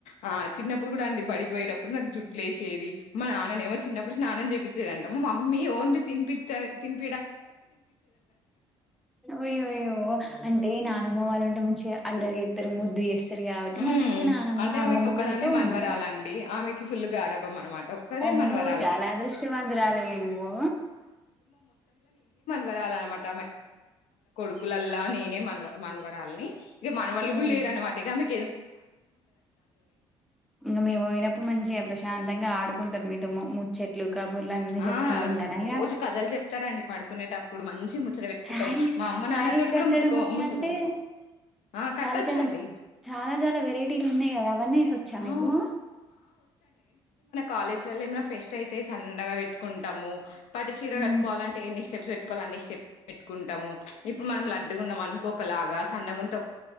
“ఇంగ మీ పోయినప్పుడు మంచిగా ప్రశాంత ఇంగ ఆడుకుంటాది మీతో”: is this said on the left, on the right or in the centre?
Centre